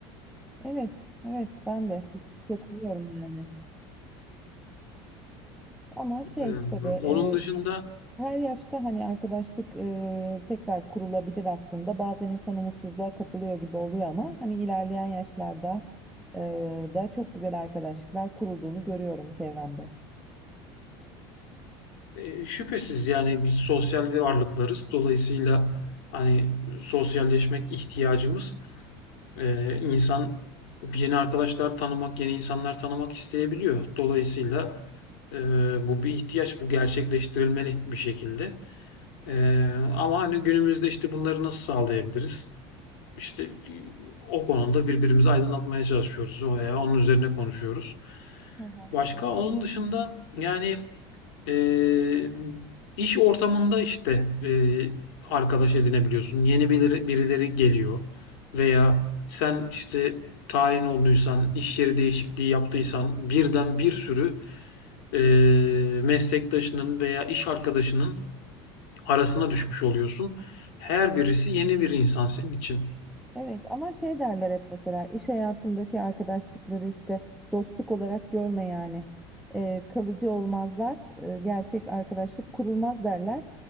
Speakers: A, in the centre; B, on the left.
A: evet, evet ben de katılıyorum yani. Ama
B: Hmm,
A: şey tabii e,
B: Onun dışında
A: her yaşta hani arkadaşlık e, tekrar kurulabilir aslında. Bazen insan umutsuzluğa kapılıyor gibi oluyor ama hani ilerleyen yaşlarda e, da çok güzel arkadaşlıklar kurulduğunu görüyorum çevremde.
B: E, şüphesiz yani biz sosyal varlıklarız. Dolayısıyla hani sosyalleşmek ihtiyacımız e, insan yeni arkadaşlar tanımak, yeni insanlar tanımak isteyebiliyor. Dolayısıyla e, bu bir ihtiyaç, bu gerçekleştirilmeli bir şekilde. E, ama hani günümüzde işte bunları nasıl sağlayabiliriz? İşte e, o konuda birbirimizi aydınlatmaya çalışıyoruz veya onun üzerine konuşuyoruz.
A: Hı hı,
B: Başka
A: Evet.
B: onun dışında yani ee, iş ortamında işte e, arkadaş edinebiliyorsun. Yeni biri- birileri geliyor veya sen işte tayin olduysan, iş yeri değişikliği yaptıysan birden bir sürü e, meslektaşının veya iş arkadaşının arasına düşmüş oluyorsun. Her birisi yeni bir insan senin için.
A: Evet ama şey derler hep mesela iş hayatındaki arkadaşlıkları işte dostluk olarak görme yani Ee, kalıcı olmazlar e, gerçek arkadaşlık kurulmaz derler